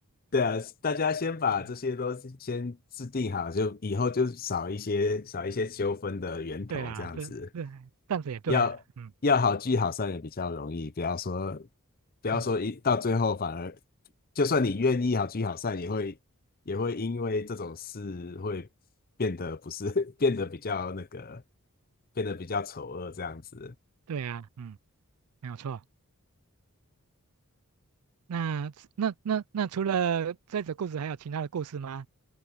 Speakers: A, on the left; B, on the right.
A: 对啊，大家先把这些都先制定好，
B: <laughs>
A: 就以后就少一些少一些纠纷的源头，
B: 对啦，
A: 这样子
B: 这这这样子也对啦，
A: 要要好聚好散也比较容易，
B: 嗯
A: 不要说不要说一到最后反而，
B: 嗯，
A: 就算你愿意好聚好散，也会也会因为这种事会变得不是 <laughs> 变得比较那个变得比较丑恶这样子。
B: 对啊，嗯，没有错。那那那那除了这则故事，还有其他的故事吗？